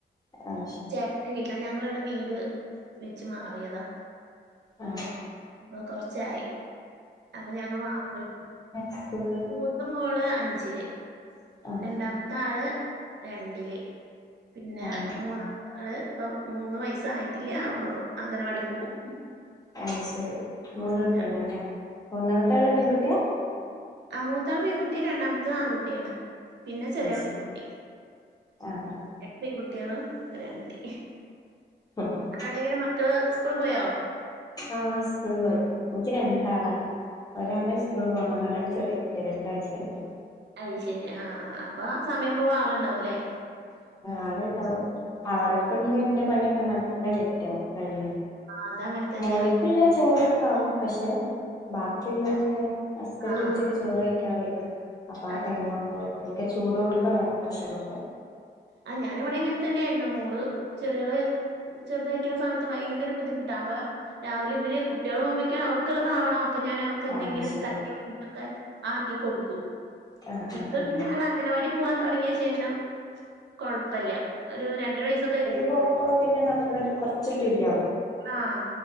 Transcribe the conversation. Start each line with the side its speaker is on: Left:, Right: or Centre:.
Left: ആഹ് ശരി
Right: ച ട്ടന്റെ വീട്ടിലാ ഞങ്ങളിവിടെ വീട് വെച്ച് മാറിയതാ
Left: ആഹ്
Right: അപ്പൊ കൊറച്ചായി അപ്പൊ ഞങ്ങ മാത്രള്ളൂ
Left: സ്കൂള <inaudible>
Right: മൂത്ത മോള് അഞ്ചില്
Left: ആഹ്
Right: രണ്ടാമത്തെ ആള് രണ്ടില് പിന്നെ
Left: ആഹ്
Right: മൂന്നാമത്തെ ആള് ഇപ്പൊ മൂന്ന വയസായിട്ടില്ലേ അവണ്ടള്ളൂ അംഗനവാടി പോവും
Left: അഹ ശരി മൂന്ന
Right: പിന്നെ
Left: കുട്ടികളാ അല്ലേ മൂന്നാമത്തെള്ള പെൺകുട്ടിയാ
Right: ആ മൂത്തായാൽ പെൺകുട്ടി രണ്ടാമത്തെ ആൺകുട്ടിയാണ് പിന്നെ ചെറിയൾ
Left: ശരി
Right: പെൺകുട്ടി
Left: ആഹ് ആഹ്
Right: എ രണ്ട് പെൺകുട്ടികളും ഒരു ആൺകുട്ടി
Left: !!!!!!!!!
Right: ആടെെങ്ങനെ മക്കള് സ്കൂളിൽ പോയോ
Left: ആഹ് സ്കൂള് പോയി എനിക്ക് രണ്ടാളാണ് ഒരാളെ സ്കൂള് പോവുന്നള്ള ഒരാണ് ചെറിയ കുട്ടി രണ്ടു വയസ്സായിട്ടും
Right: അയ്ശരി ആഹ അപ്പൊ ആ സമയം പോവാ ആളുണ്ടാവും അല്ലേ
Left: ആളുണ്ടാവും അവളൊക്കെ ഉണ്ട് എന്റെ പണിയൊക്കെ നല്ല ലേറ്റ് ആവും കഴിയും
Right: അതങ്ങനെ തന്നെയാ
Left: മോനിക്കുള്ള ചോറൊ ക്കെ ആവും പക്ഷെ ബാക്കിയുള്ളതൊക്കെ ഹസ്ബൻഡ്
Right: ആഹ്
Left: ഉച്ചക്ക് ചോറ്ക്കാൻ വരും അപ്പൊ ആ
Right: അത്
Left: ടൈം ആവുമ്പോഴക്കൊക്കെ ചൂട് കൊടുക്ക വേണം ഭക്ഷണംക്കെ
Right: ആഹ് ഞാനിവിടെ ഇങ്ങനെ തന്നെയ ആയിരുന്ന മോള് ചെറിയള ചെറുതായിരിക്കണ സമയത്ത് ഭയങ്കര ബുദ്ധിമുട്ടാ അപ്പ രാവിലെവര് കുട്ട്യള് പോക്മ്പേക്കും അവർക്ക്‌ള്ളതാവണം, അപ്പ ഞാനവർ ക്കെന്തെങ്കിലൊക്കെ
Left: ആഹ് ശരിയാ
Right: തട്ടി ഒപ്പിച്ചൊക്കെ ആക്കി കൊടുക്കും
Left: ആഹ് ആഹ്
Right: ഇപ്പ
Left: ആഹ്
Right: പിന്നെ ആളൻഗനവാടി പോവാൻ തൊടങ്ങിയ ശേഷം കൊഴപ്പല്ല ഒരു രണ്ടര വയസൊക്കെ
Left: പോവുമ്പോ പിന്നെ നമ്മളൊരു കൊർച്ച് ഫ്രീയാവും
Right: ആഹ്